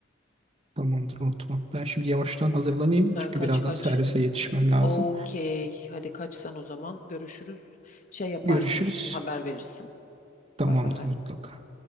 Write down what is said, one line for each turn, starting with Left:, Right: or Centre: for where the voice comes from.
Right: Tamamdır unutma. Ben şimdi yavaştan hazırlanayım.
Left: Sen
Right: Çünkü
Left: kaç
Right: birazdan
Left: kaç?
Right: servise yetişmem lazım.
Left: Okey. Hadi kaçsan o zaman. Görüşürüz. Şey yaparsın.
Right: Görüşürüz.
Left: Haber verirsin.
Right: Tamamdır
Left: Bay bay.
Right: mutlaka.